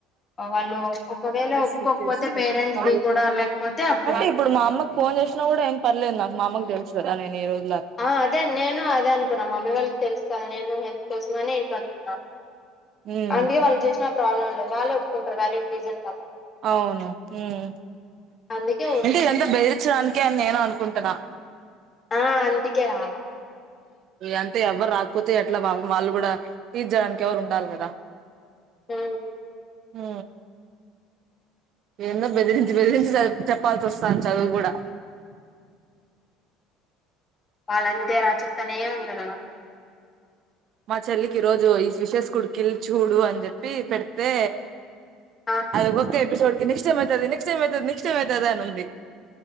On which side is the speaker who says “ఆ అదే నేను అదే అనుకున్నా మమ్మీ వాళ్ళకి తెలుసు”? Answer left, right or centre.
Left